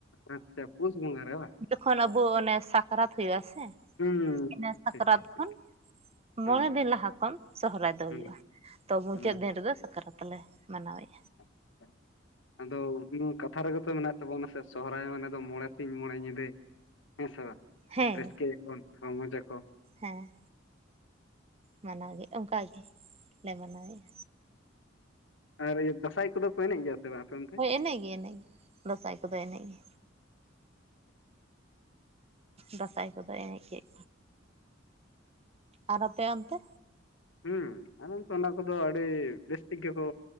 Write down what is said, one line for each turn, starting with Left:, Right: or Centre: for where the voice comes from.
Left: ᱟᱪᱪᱷᱟ ᱯᱩᱥ ᱵᱚᱸᱜᱟ ᱨᱮ ᱵᱟᱝ,
Right: ᱡᱚᱠᱷᱚᱱ ᱟᱵᱚ ᱚᱱᱮ ᱥᱟᱠᱨᱟᱛ ᱦᱩᱭᱩᱜ-ᱟ ᱥᱮ
Left: ᱦᱩᱸ
Right: ᱤᱱᱟᱹ ᱥᱟᱠᱨᱟᱛ
Left: ᱴᱷᱤᱠ
Right: ᱠᱷᱚᱱ,
Left: ᱴᱷᱤᱠ ᱦᱩᱸ
Right: ᱢᱚᱬᱮ ᱫᱤᱱ ᱞᱟᱦᱟ ᱠᱷᱚᱱ ᱥᱚᱦᱨᱟᱭ ᱫᱚ
Left: ᱦᱩᱸ
Right: ᱦᱩᱭᱩᱜᱼᱟ ᱛᱚ, ᱢᱩᱪᱟᱹᱫ
Left: ᱦᱩᱸ
Right: ᱫᱤᱱ ᱨᱮᱫᱚ ᱥᱟᱠᱨᱟᱛ᱾ ᱞᱮ ᱢᱟᱱᱟᱣᱮᱫ,
Left: ᱟᱪᱪᱷᱟ, ᱟᱫᱚ ᱠᱟᱛᱷᱟ ᱨᱮᱜᱮ ᱛᱚ ᱢᱮᱱᱟᱜ ᱛᱟᱵᱚᱱᱟ ᱥᱮ ᱥᱚᱦᱚᱨᱟᱭ ᱢᱟᱱᱮ ᱫᱚ ᱢᱚᱬᱮ ᱥᱤᱧ ᱢᱚᱬᱮ ᱧᱤᱫᱟᱹ᱾ ᱦᱮᱸ ᱥᱮ ᱵᱟᱝ
Right: ᱦᱮᱸ
Left: ᱨᱟᱹᱥᱠᱟᱹᱭᱟᱠᱚ ᱨᱚᱢᱚᱡᱽ ᱟᱠᱚ᱾
Right: ᱦᱮᱸ ᱢᱟᱱᱟᱣ ᱜᱮ ᱚᱱᱠᱟ ᱜᱮᱞᱮ ᱢᱟᱱᱟᱣᱮᱫᱼᱟ᱾
Left: ᱟᱨ ᱫᱟᱸᱥᱟᱭ ᱠᱚᱫᱚ ᱠᱚ ᱮᱱᱮᱡ ᱜᱮᱭᱟ ᱥᱮ ᱵᱟᱝ ᱟᱯᱮ ᱚᱱᱛᱮ?
Right: ᱱᱮᱜ ᱜᱮᱭᱟ ᱱᱮᱜ ᱜᱮ ᱫᱟᱸᱥᱟᱭ ᱠᱚᱫᱚ ᱮᱱᱮᱡ ᱜᱮ᱾ ᱫᱟᱸᱥᱟᱭ ᱠᱚᱫᱚ ᱮᱱᱮᱡ ᱠᱮᱜ ᱟᱨ ᱟᱯᱮ ᱚᱱᱛᱮ?
Left: ᱦᱩᱸ ᱟᱞᱮ ᱱᱚᱸᱛᱮ ᱚᱱᱟ ᱠᱚᱫᱚ ᱟᱹᱰᱤ ᱵᱮᱥ ᱴᱷᱤᱠ ᱜᱮᱠᱚ᱾